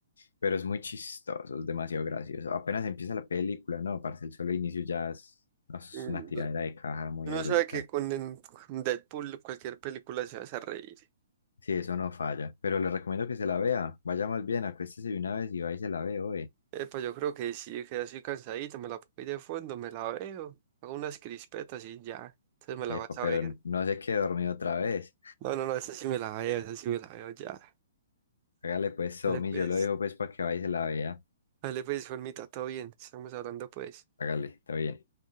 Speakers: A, on the left; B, on the right.
A: pero es muy chistoso, es demasiado gracioso. Apenas empieza la película, no, parce, el solo inicio ya es, no, es
B: Mm,
A: una tiradera de caja muy
B: Uno
A: abrupta.
B: sabe que con en- con Deadpool cualquier película se hace reír.
A: Sí, eso no falla, pero le recomiendo que se la vea, vaya más bien, acuéstese de una vez y va y se la ve, oye.
B: Eh, pues yo creo que sí, que ya estoy cansadito, me la pongo ahí de fondo, me la veo, hago unas crispetas y ya. Entonces me la
A: Epa,
B: vas a
A: pero
B: ver.
A: no se quede dormido otra vez.
B: No, no, no, esa sí me la veo, esa sí me la veo ya.
A: Hágale pues, Somi,
B: Dale pues,
A: yo lo dejo pues para que vaya y se la vea.
B: dale pues, Juanmita, todo bien, estamos hablando pues.
A: Hágale, está bien.